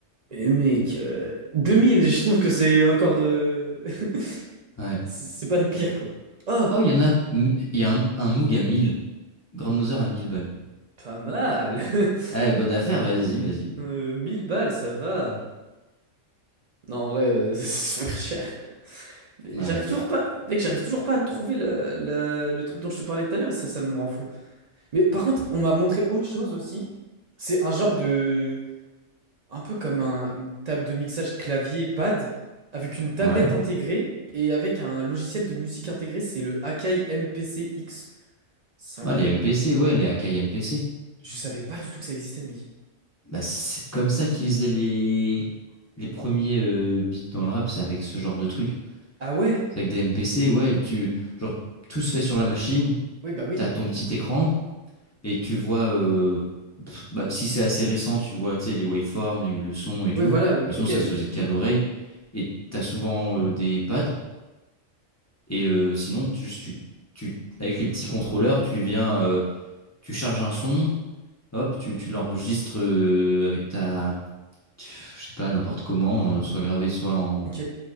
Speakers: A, on the right (about 50°); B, on the left (about 25°).
A: et mec, euh, 2000, je trouve que c'est encore... euh, <laughs>
B: Ouais.
A: C'est c'est pas le pire, quoi. Oh,
B: Oh, il y en a. Il y a un, un Moog à 1000. Grandmother à 1000 balles.
A: pas mal. <laughs>
B: Ah, bonne affaire, vas-y, vas-y.
A: Euh, 1000 balles, ça va. Non, en vrai, euh, <laughs> c'est super cher. Mais
B: Ouais.
A: J'arrive
B: pff,
A: toujours pas... Mec, j'arrive toujours pas à trouver la- la- le truc dont je te parlais tout à l'heure, et ça, ça me rend fou. Mais par contre, on m'a montré autre chose aussi. C'est un genre de... un peu comme un- une table de mixage clavier-pad, avec une tablette
B: Ouais.
A: intégrée et avec un logiciel de musique intégré, c'est le Akai MPC-X. C'est un
B: Ah,
A: compte...
B: les MPC, ouais, les Akai MPC.
A: Je savais pas du tout que ça existait, mec.
B: Bah, c'est comme ça qu'ils faisaient les, les premiers euh, beats dans le rap, c'est avec ce genre de truc.
A: Ah ouais?
B: C'est avec des MPC, ouais, tu, genre, tout se fait sur la machine,
A: Oui, bah oui.
B: t'as ton petit écran, et tu vois, euh, pff, bah, si c'est assez récent, tu vois, tu sais, les waveforms, les, le son et tout,
A: Oui, voilà, euh,
B: mais sinon,
A: ok,
B: ça
A: euh,
B: se faisait qu'à l'oreille, et t'as souvent euh, des pads, et euh, sinon, tu- juste, tu, tu, avec les petits contrôleurs, tu viens, euh, tu charges un son, hop, tu, tu l'enregistres euh, avec ta je sais pas, n'importe comment, euh, soit gravé, soit en,
A: ok.